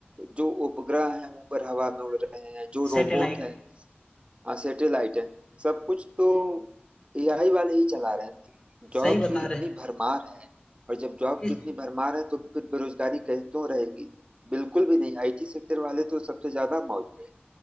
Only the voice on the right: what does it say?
जो उपग्रह हैं ऊपर हवा में उड़ रहे हैं जो
रोबोट हैं हाँ सैटेलाइट है सब कुछ तो एआई वाले ही चला रहे हैं जॉब
की इतनी
भरमार है और जब जॉब
की इतनी भरमार है तो फिर बेरोजगारी कहीं क्यों रहेगी बिल्कुल भी नहीं आईटी सेक्टर वाले तो सबसे ज्यादा मौज में हैं।